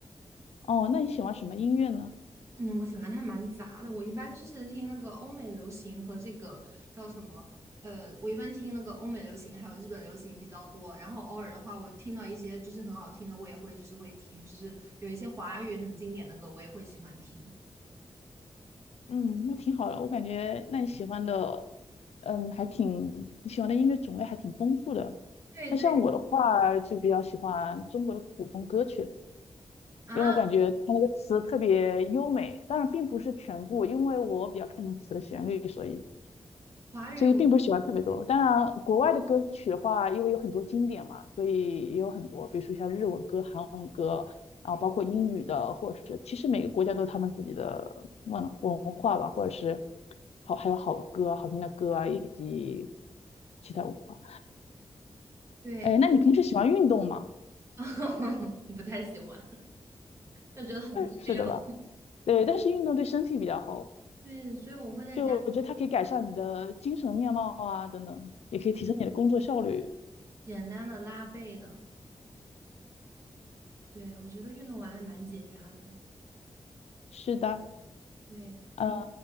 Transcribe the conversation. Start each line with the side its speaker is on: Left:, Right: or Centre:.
Left: 哦，那你喜欢什么音乐呢？
Right: 嗯，我喜欢它蛮杂的，我一般就是听那个欧美流行和这个叫什么，呃，我一般听那个欧美流行还有日本流行比较多，然后偶尔的话，我听到一些就是很好听的，我也会就是会听，就是有一些华语很经典的歌，我也会喜欢听。
Left: 嗯，那挺好的，我感觉那你喜欢的，嗯，还挺，你喜欢的音乐种类还挺丰富的。
Right: 对对
Left: 那像我的话，就比较喜欢中国的古风歌曲了，
Right: 啊，
Left: 因为我感觉它那个词特别优美，当然并不是全部，因为我比较看重词的旋律，所以
Right: 华语我
Left: 所以并不是喜欢特别多。当然，国外的歌曲的话，因为有很多经典嘛，所以也有很多，比如说像日文歌、韩文歌，然后包括英语的，
Right: 对
Left: 或者是其实每个国家都有他们自己的文文化吧，或者是好还有好歌、好听的歌啊，以及其他文化。
Right: 对，
Left: 哎，那你平时喜欢运动吗？
Right: <laughs> 不太喜欢，就觉得很 <laughs>
Left: 是的吧？
Right: 累了。
Left: 对，但是运动对身体比较好，
Right: 对，所以我会在家
Left: 就我觉得它可以改善你的精神面貌啊，等等，也可以提升你的工作效率。
Right: 简单的拉背的。对，我觉得运动完还蛮解压的。
Left: 是的，
Right: 对你刚
Left: 嗯，